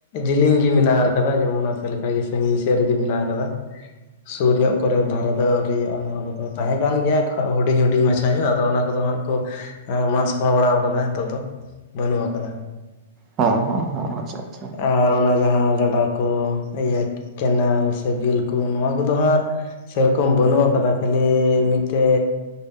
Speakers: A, on the left (about 50°); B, on the right (about 30°).
A: ᱡᱤᱞᱤᱧ ᱜᱮ ᱢᱮᱱᱟᱜ ᱟᱠᱟᱫᱟ ᱡᱮᱢᱚᱱ ᱟᱯᱮᱫ ᱞᱮᱠᱟ ᱜᱮ ᱥᱟᱺᱜᱤᱧ ᱥᱮᱫ ᱨᱮᱜᱮ ᱢᱮᱱᱟᱜ ᱟᱠᱟᱫᱟ ᱥᱩᱨ ᱧᱚᱜ ᱠᱚᱨᱮ ᱫᱷᱟᱨᱮ ᱫᱚ ᱟᱹᱣᱨᱤᱭᱟᱜᱼᱟ ᱱᱚᱶᱟ ᱨᱮᱫᱚ ᱛᱟᱦᱮᱸ ᱠᱟᱱ ᱜᱮᱭᱟ ᱦᱩᱰᱤᱧ ᱦᱩᱰᱤᱧ ᱦᱩᱰᱤᱧ ᱢᱟᱪᱷᱟ ᱧᱚᱜ ᱟᱫᱚ ᱚᱱᱟ ᱠᱚᱫᱚ ᱦᱟᱸᱜ ᱠᱚ ᱢᱟᱜ ᱥᱟᱯᱷᱟ ᱵᱟᱲᱟ ᱠᱟᱫᱟ ᱱᱤᱛᱚᱜ ᱫᱚ ᱵᱟᱹᱱᱩᱜ ᱟᱠᱟᱫᱟ
B: ᱦᱚᱸ ᱦᱚᱸ ᱦᱚᱸ ᱟᱪᱪᱷᱟ ᱟᱪᱪᱷᱟ
A: ᱟᱨ ᱚᱱᱟ ᱡᱟᱦᱟᱸ ᱜᱟᱰᱟ ᱠᱚ ᱤᱭᱟᱹ ᱠᱮᱱᱮᱞ ᱥᱮ ᱵᱤᱞ ᱠᱚ ᱱᱚᱣᱟ ᱠᱚᱫᱚ ᱦᱟᱸᱜ ᱥᱮᱨᱚᱠᱚᱢ ᱵᱟᱹᱱᱩᱜ ᱟᱠᱟᱫᱟ ᱠᱷᱟᱹᱞᱤ ᱢᱤᱫᱴᱮᱡ